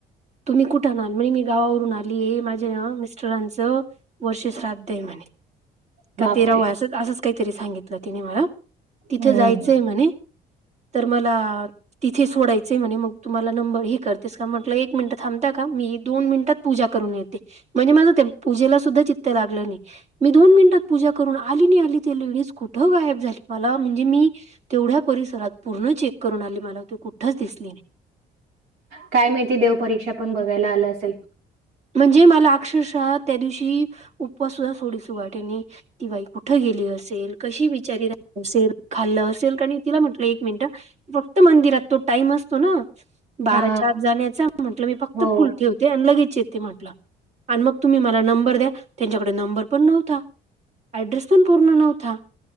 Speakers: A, on the right; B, on the right.
A: तुम्ही कुठून आला म्हणे मी गावावरून ून आली माझ्या मिस्टरांचं वर्ष श्राद्ध आहे म्हणे
B: बापरे
A: का तेरा वयाच असंच काहीतरी सांगितलं तिने मला तिथे
B: हम्म
A: जायचंय म्हणे तर मला तिथे सोडायचंय म्हणे मग तू मला नंबर हे करतेस का म्हटलं एक मिनट थांबता का मी दोन मिनिटात पूजा करून येते म्हणजे माझं ते पूजेला सुद्धा चित्त लागलं नाही मी दोन मिनिटात पूजा करून आली नाही आली त लेडीज कुठं गायब झाली मला म्हणजे मी तेवढ्या परिसरात पूर्ण चेक करून आली मला ती कुठच दिसली नाही
B: काय माहिती देवपरीक्षा पण बघायला आलं असेल
A: म्हणजे मला अक्षरशः त्या दिवशी उपवास सुद्धा सोडीस वाटेनी तिवाई कुठं गेली असेल कशी विचारी रा असेल खाल्लं असेल आणि तिला म्हटलं एक मिनिट रक्त मंदिरतो टईम असतो ना बाराच्या
B: हा
A: आत जाण्याचा म्हंटलं मी फक्त
B: हो
A: फुल ठेवते आणि लगेच येते ते म्हटलं आणि मग तुम्ही मला नंबर द्या त्यांच्याकडे नंबर पण नव्हता ऍड्रेस पण पूर्ण नव्हता